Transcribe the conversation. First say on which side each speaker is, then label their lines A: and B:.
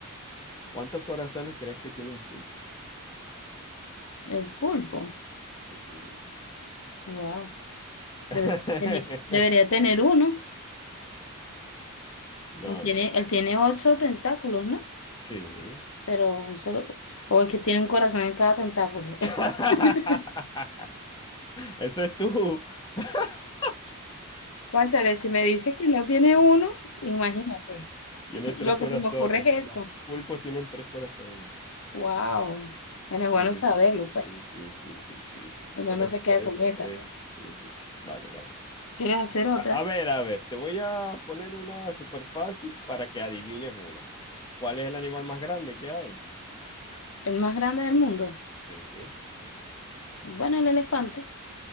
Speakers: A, on the left; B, on the left.
A: ¿Cuántos corazones crees que tiene un pulpo?
B: El pulpo.
A: Mm,
B: Wow. Debería
A: mm.
B: tener, debería
A: <laughs>
B: tener uno.
A: No,
B: Tiene,
A: no.
B: él tiene ocho tentáculos, ¿no?
A: Sí.
B: pero un solo, o es que tiene un corazón en cada tentáculo.
A: <laughs>
B: <laughs>
A: Eso es tú. <laughs>
B: Cónchale, si me dices que no tiene uno, imagínate,
A: Tiene
B: <laughs>
A: tres
B: lo
A: corazones.
B: que se me ocurre es
A: Los
B: eso.
A: pulpos tienen tres corazones.
B: Wow. Bueno, es bueno
A: Sí,
B: saberlo,
A: sí,
B: pues.
A: sí, sí, sí, sí, sí.
B: Uno
A: Por
B: no
A: eso,
B: se queda
A: por eso.
B: con esa,
A: Eh,
B: pues.
A: sí, sí. Vale, vale.
B: ¿Quieres hacer otra?
A: A a ver, a ver, te voy a poner una súper fácil para que adivines una. ¿Cuál es el animal más grande que hay?
B: El más grande del mundo.
A: Sí.
B: Bueno, el elefante.